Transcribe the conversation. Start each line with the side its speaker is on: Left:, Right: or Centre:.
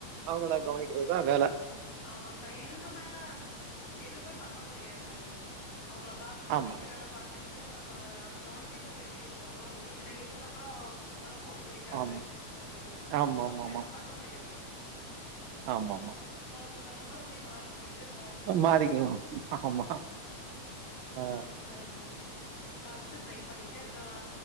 Right: அவுங்கள கவனிக்கிறதுதா வேல
Left: ஆமாங் சார் இனி இதுக்கு மேல எதுவுமே பண்ண முடியாது அவுங்கள பாத்துக்கிட்டு
Right: ஆமா,
Left: வீட்டு வேல பாத்துக்கி ட்டு நம்ம அது கவனிக்கறது பெரிய விஷ்யோ யோ ஒரு குறிப்பிட்ட ஏஜுக்கு அப்றோ ஒடம்பு ஒத்துழைக்காது
Right: ஆமா.
Left: அ
Right: ஆமாமாமா.
Left: அதுக்கப்றோ எது பண்ண முடியாதுங்
Right: ஆமாமா
Left: காலத்துக்கு தவுந்த மாரி அப்டியே மாரி போயிட்டே இருக்க வேண்டிதாங்
Right: மாறிக்கணும். ஆமா.
Left: அ
Right: ஆ.
Left: ஆமாங் சார் ஆமாங் சார் பார்த்து ட்ரைப் பண்ணிட்டே இருக்காலா